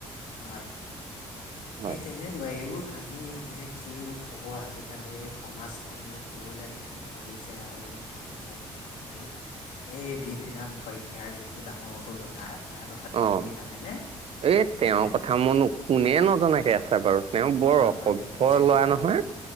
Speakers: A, on the left; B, on the right.
A: হয়।
B: হয়
A: সেই তেনেকুৱা এইবোৰ কাহিনী মানে কিনো কব আজিকালিৰ সমাজ কন নো ক'লে গতি কৰিছে আৰু কিনো কব আপুনি এই ভি ভি ৰাম শইকীয়াৰ যিটো ডাঙৰটো ল'ৰা তাৰ কথাটো
B: অহ,
A: আপুনি জানেনে
B: এ তেওঁৰ
A: হে
B: কথা মনো কোনে নজনাকে আছে বাৰু। তেওঁ
A: হয়
B: বৰ অসভ্য
A: হয় দেখিছেনে
B: লৰা নহয়